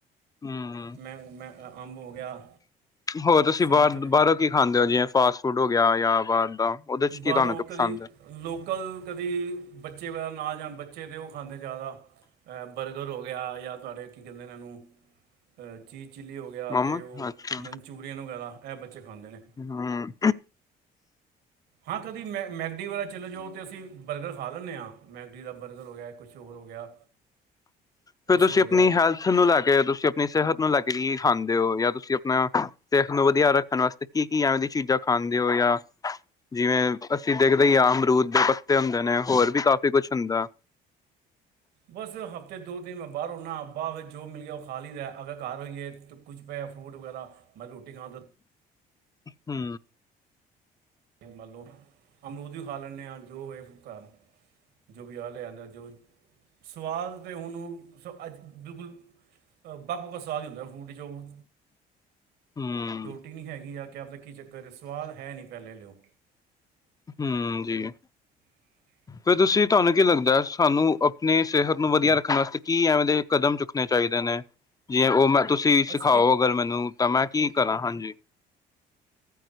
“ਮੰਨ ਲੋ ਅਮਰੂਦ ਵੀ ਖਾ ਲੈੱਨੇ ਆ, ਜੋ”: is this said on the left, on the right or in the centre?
Right